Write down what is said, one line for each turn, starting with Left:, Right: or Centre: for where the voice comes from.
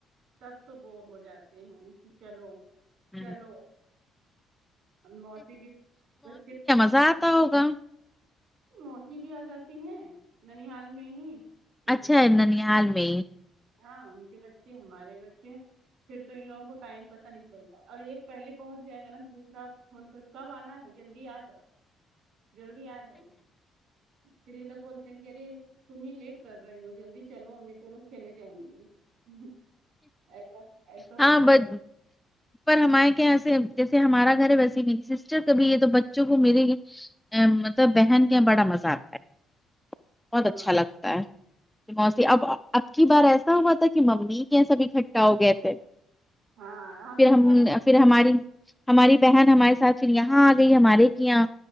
Right: تب تو بور ہو جاتے ہیں کہ چلو
Centre: ہوں
Right: چلو موسی کی بے
Centre: زاتدہ ہوگا
Right: موسی بھی آ جاتی ہے ننیحال میں ہی تو
Centre: اچھا ہے ننیال میں ہی
Right: ہاں ان کے بچے ہمارے بچے پھر تو ان لوگوں کو ٹائم پتا نہیں چلتا اور ایک پہلے پہنچ جائے گا نا دوسرا فون کر کب آنا ہے جلدی آ جاؤ جلدی آ جاؤ پھر یہ لو بولتے ہیں کہ ارے تمیں لیٹ کر رہے ہو جلدی چلوی تو لوگ چلے جاؤں گی ہ ایسا ایسا ہو
Centre: ہاں
Right: جاتا
Centre: بٹ
Right: ہے
Centre: پر ہمارے کیااں ایسے جیسے ہمارا گھر ہے ویسے میری سسٹر کبھی یہ تو بچوں کو میرے ا مطلب بہن کے یہاں بڑا مزہ آتا ہے بہت
Right: ہاں
Centre: اچھا لگتا ہے موسی اب اب کی بار ایسا ہوا تھا کہ ممی کیا سب اکٹھا ہو گئے تھے
Right: ہاں
Centre: پھر
Right: لوگ
Centre: ہم
Right: کا
Centre: پھر ہماری ہماری بہن ہمارے ساتھ پھر یہاں آ گئی ہمارے کی یہاں